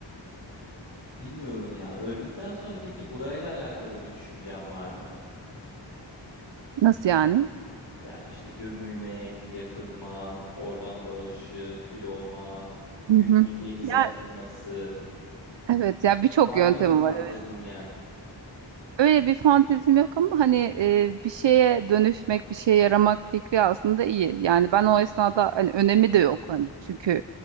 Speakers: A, on the left; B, on the right.
A: bilmiyorum ya. Öldükten sonra peki burayla alakalı bir düşüncem var mı?
B: <laughs> Nasıl yani?
A: Yani işte gömülmek, yakılmak, organ bağışı, kül olmak, külünün
B: Hı hı.
A: denize
B: Ya
A: atılması.
B: evet ya birçok
A: Var
B: yöntemi
A: mı bir fantazin
B: var evet.
A: yani?
B: Öyle bir fantezim yok ama hani e, bir şeye dönüşmek, bir şeye yaramak fikri aslında iyi. Yani ben o esnada hani önemi de yok hani çünkü